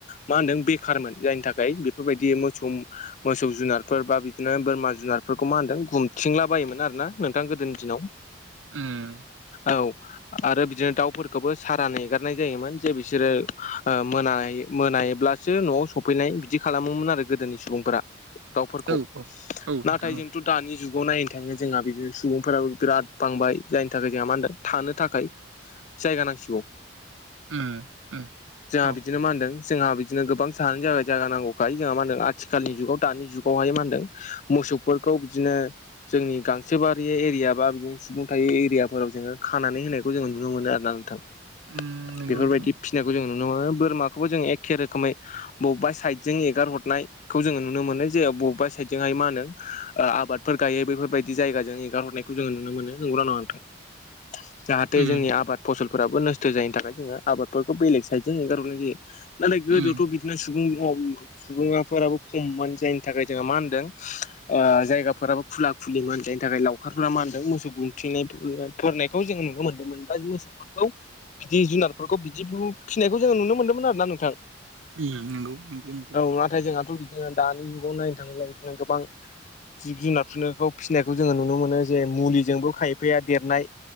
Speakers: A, on the left; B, on the right.
A: मा होनदों बेखारमोन जायनि थाखाय बेफोरबायदि मोसौ। मोसौ जुनारफोर बा बिदिनो बोरमा जुनारफोरखौ मा होनदों गुमथिंला बायोमोन आरोना नोंथां गोदोनि दिनाव।
B: उम
A: औ। आरो बिदिनो दाउफोरखौबो सारान एगारनाय जायोमोन जे बिसोरो मोन मोनायोब्ला सो न'आव सफैनाय बिदि खालामोमोन आरो गोदोनि सुबुंफोरा। दावफोरखौ
B: औ औ
A: नाथाय
B: नोंथां औ
A: जोंथ' दानि जुगाव नायनो थाङो जोंहा बिदिनो सुबुंफोराबो बिराद बांबाय जायनि थाखाय जोंहा मा होनदों थानो थाखाय। जायगा नांसिगौ।
B: उम उम
A: जोंहा
B: औ
A: बिदिनो मा होनदों जोंहा बिदिनो गोबां सानो जाबाय। जायगा नांगौखाय जोंहा मा होनदों आथिखालनि जुगाव दानि जुगावहाय मा होनदों मोसौफोरखौ बिदिनो। जोंनि गांसोबारि एरिया बा बिदिनो सुबुं थ एरियाफोराव जोङो खानानै होनाय। जों नुनो मोनो आरोना नोंथां।
B: उम नंगौ
A: बेफोरबायदि
B: नोंथां
A: फिसिनायखौ जों नुनो मोनो बोरमाखौबो जों एखे रोखोमै बबेबा। साइडजों एगार हरनाय खौ जोङो नुनो मोनो जे बबेबा साइद जोंहाय मा होनो आबादफोर गायो बेफोरबायदि जायगाजों एगारहरनाय। खौ जोङो नुनो मोनो नोंगौना नङा नोंथां जाहाथे
B: उम
A: जोंनि आबाद फसल फोराबो नस्थ' जायनि थाखाय जोङो आबादफोरखौ बेलेग साइड जों एंगार हरनाय जायो नाथाय गोदोआवथ'
B: उम
A: बिदिनो सुबुं सुबङाफोराबो खममोन जायनि थाखाय जोंहा मा होनदों जायगाफोराबो खुला खुलि मनि थाखाय लावखारफोरा मा होनदों मोसौ गुमथिंनाय फोरखौ जों नुनो मोनदोंमोन बा मोसौ फोरखौ बिदि जुनारफोरखौ बिदि फिसिनायखौ जोङो नुनो मोन्दोंमोन आरो ना नोंथां
B: उम नोंगौ
A: औ नाथाय जोंहाथ' बिदिनो दानि जुगाव नायनो थाङोब्ला बिदिनो गोबां। जिब जुनारखौ फिसिनायखौ जोङो नुनो मोनो जे मुलिजोंबो खायफाया देरनाय।